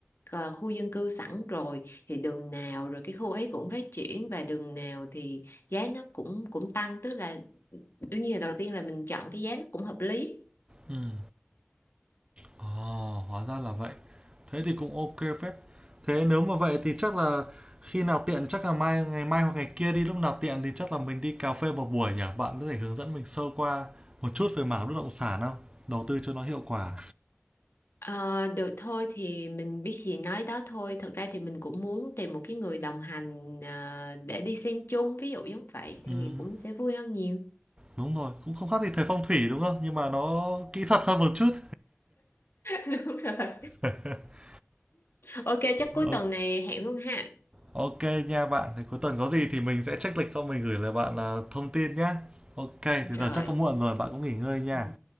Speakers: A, on the left (about 65°); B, on the right (about 20°).
A: ờ, khu dân cư sẵn rồi thì đường nào rồi cái khu ấy cũng phát triển và đường nào thì giá nó cũng cũng tăng tức là đương nhiên là đầu tiên là mình chọn cái giá nó cũng hợp lý
B: Ừm. Ờ, hóa ra là vậy. Thế thì cũng ok kê phết. Thế nếu mà vậy thì chắc là khi nào tiện chắc là mai ngày mai hoặc ngày kia đi, lúc nào tiện thì chắc là mình đi cà phê một buổi nhỉ? Bạn có thể hướng dẫn mình sơ qua một chút về mảng bất động sản không? Đầu tư cho nó hiệu quả.
A: Ờ, được thôi thì mình biết gì nói đó thôi. Thật ra thì mình cũng muốn tìm một cái người đồng hành ờ, để đi xem chung, ví dụ giống vậy thì
B: Ừm,
A: cũng sẽ vui hơn nhiều.
B: đúng rồi, cũng không khác gì thầy phong thủy đúng không? Nhưng mà nó kỹ thuật hơn một chút.
A: <laughs> Đúng rồi.
B: <laughs>
A: Ok, chắc cuối
B: Ô-
A: tuần này hẹn luôn ha.
B: Ok nha bạn, thì cuối tuần có gì thì mình sẽ check lịch xong mình gửi lại bạn à, thông tin nhé. Ok, thì
A: Rồi.
B: giờ chắc có muộn rồi, bạn
A: Ừ.
B: cũng nghỉ ngơi nha.
A: Ừ.